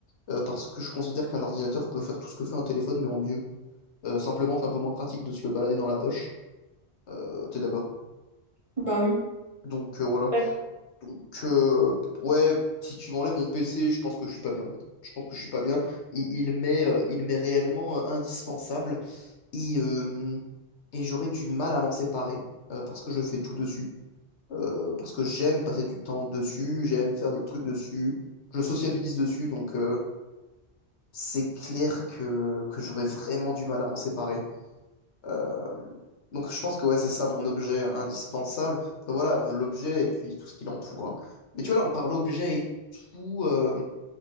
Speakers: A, on the left; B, on the right.
A: Euh, parce que je considère qu'un ordinateur peut faire tout ce que fait un téléphone, mais en mieux. Euh, simplement, c'est un peu moins pratique de se le balader dans la poche. Euh, t'es d'accord?
B: Bah oui.
A: Donc euh, voilà.
B: Ouais.
A: Donc, euh, ouais, si tu m'enlèves mon PC, je pense que je suis pas bien, en fait. Je pense que je suis pas bien. Il, il m'est, euh, il m'est réellement euh, indispensable et, euh, et j'aurais du mal à m'en séparer euh, parce que je fais tout dessus. Euh, parce que j'aime passer du temps dessus, j'aime faire des trucs dessus, je sociabilise dessus, donc euh, c'est clair que, que j'aurais vraiment du mal à m'en séparer. Euh, donc je pense que ouais, c'est ça mon objet indispensable. Après, voilà, l'objet et puis tout ce qui l'entoure. hein. Mais tu vois, là, on parle objet et tout, euh,